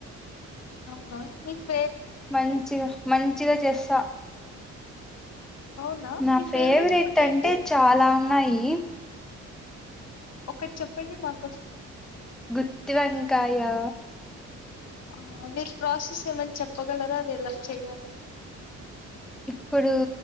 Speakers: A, on the left; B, in the centre.
A: అవునా నెక్స్ట్
B: మంచి మంచిగా చేస్తా
A: అవునా
B: నా
A: మీ
B: ఫేవరెట్
A: ఫుడ్ ఏంటి
B: అంటే చాలా ఉన్నాయి.
A: ఒకటి చెప్పండి నాకోసం.
B: గుత్తివంకాయా
A: ఆ మీరు ప్రాసెస్ ఏమన్న చెప్పగలరా అది ఎలా చెయలో?
B: ఇప్పుడు